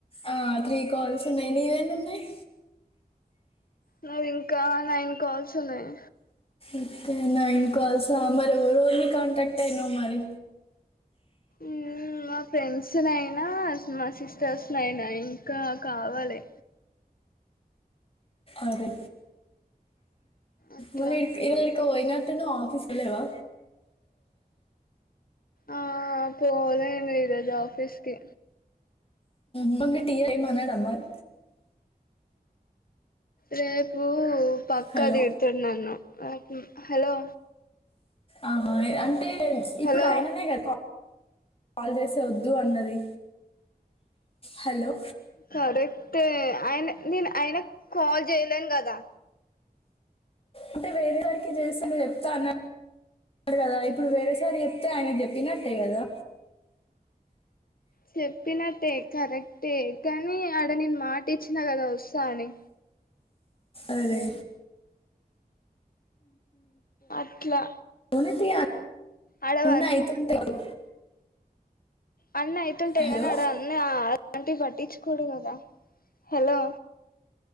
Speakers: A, on the left (about 35°); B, on the left (about 65°).
A: ఆ త్రీ కాల్స్ ఉన్నాయ్ నీవేన్ని ఉన్నాయ్?
B: నావి ఇంకా నైన్ కాల్స్ ఉన్నాయ్.
A: ఓకే నైన్ కాల్సా మరి ఎవరోవరిని కాంటాక్ట్ అయినావు మరి?
B: ఉఊ మా ఫ్రెండ్స్ నైనా, మా సిస్టర్స్ నైనా ఇంకా కావాలే
A: అదే
B: అట్లా
A: వల్లడికి ఈలూ ఏడుకు పోయిన తిన్నావా ఆఫీస్ కెళ్ళావా?
B: ఆ పోలేను ఈరోజు ఆఫీస్ కి
A: ఉహు మీ తీల్ ఏం అనడా అమర్
B: రేపు పక్క
A: హలో
B: దిడుతున్నాను నాకి హలో
A: ఆహా ఏ అంటే
B: హలో
A: ఇప్పుడు ఆయననే కదా క కాల్ జేసే వద్దు అన్నది హలో
B: కరెక్టే ఆయన నేను ఆయనకు కాల్ జేయలేను గదా.
A: అంటే వేరే సారికి జేస్తనే చెప్తా అన్నా అన్నాడు గదా ఇప్పుడు వేరే సార్ కి జేప్తే ఆయన జేప్పినట్టే గదా.
B: చెప్పినట్టే కరెక్టే కానీ అడ నేను మాట ఇచ్చినా గదా వస్తా అని.
A: అరే
B: అట్లా
A: ఉన్నాయితీ అవ్
B: ఆడ వర్క్
A: అయితుంటాయి అవి
B: అన్నీ అయితుంటాయి
A: హలో
B: గానీ అడ అన్నీ ఆ టి పట్టీంచుకోరు కూడు గదా హలో